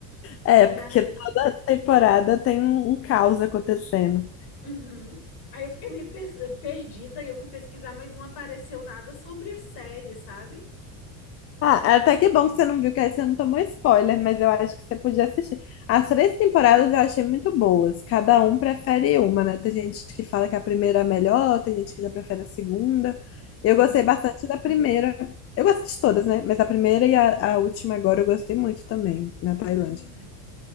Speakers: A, on the left (about 35°); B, on the left (about 60°).
A: É,
B: E
A: porque
B: aí,
A: toda temporada tem um, um caos acontecendo.
B: uhum. Aí eu fiquei meio pes- perdida e eu fui pesquisar, mas não apareceu nada sobre a série, sabe?
A: Ah, até que bom que você não viu, que aí você não tomou spoiler, mas eu acho que você podia assistir. As três temporadas eu achei muito boas. Cada um prefere uma, né? Tem gente que fala que a primeira é a melhor, tem gente que já prefere a segunda.
B: Uhum.
A: Eu gostei bastante da primeira. Eu gostei de todas, né? Mas a primeira e a, a última agora eu gostei muito também, na Tailândia.
B: Hum.